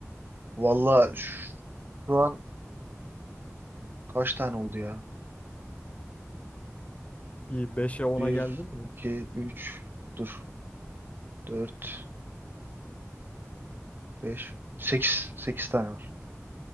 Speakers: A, on the right; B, on the left.
A: Valla şu şu an kaç tane oldu ya?
B: Bir beşe ona
A: Bir
B: geldin mi?
A: iki üç dur dört beş sekiz 8 tane var.